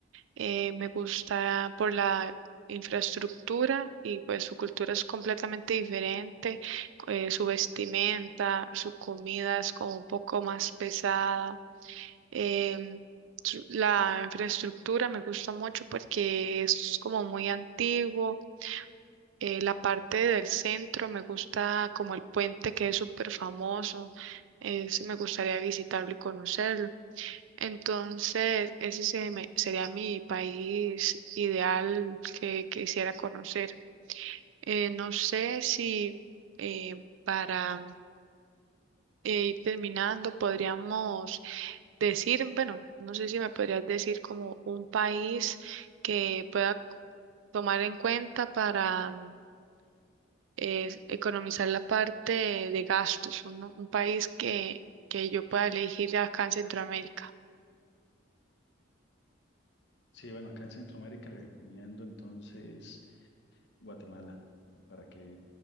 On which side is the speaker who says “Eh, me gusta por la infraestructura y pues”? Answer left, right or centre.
Right